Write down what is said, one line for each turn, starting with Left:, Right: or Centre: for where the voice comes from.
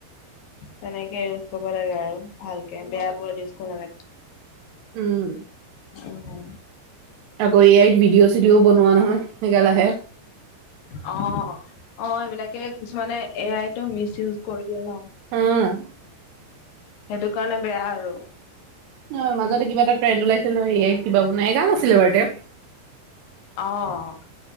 Left: তেনেকে ইউজ কৰিব লাগে আৰু ভালকে বেয়া বোৰত ইউজ কৰিব নালাগে
Right: উম
Left: উম
Right: আকৌ এ আইত ভিডিঅ' চিডিঅও বনোৱা নহয় হেগাল আহে
Left: উ অ অ এইবিলাকে কিছুমানে এ আই তটো মিচ ইউজ কৰি দিয়ে না
Right: অম
Left: সেইটো কাৰণে বেয়া আৰু
Right: হয় মাজতে
Left: উম
Right: কিবা এটা ট্ৰেণ্ড ওলাইছিল নহয় কিবা বাই এগাল আছিলে বাৰু তেওঁ
Left: অঁ